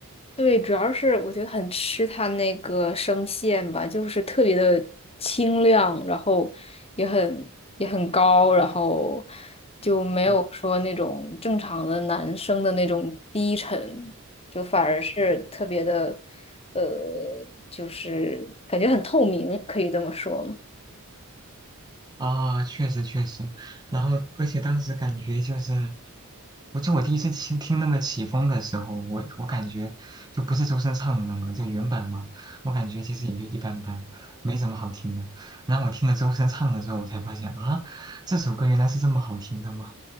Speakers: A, on the left; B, on the right.
A: 对，主要是我觉得很吃他那个声线吧，就是特别的清亮，然后也很也很高，然后就没有说那种正常的男生的那种低沉，
B: 对，
A: 就反而是特别的，呃，就是感觉很透明，可以这么说吗？
B: 啊，确实确实，然后而且当时感觉就是，我就我第一次听听那个起风的时候，我我感觉就不是周深唱的那个，就原版嘛，我感觉其实也就一般般，没什么好听的。然后我听了周深唱的之后，我才发现啊，这首歌原来是这么好听的吗？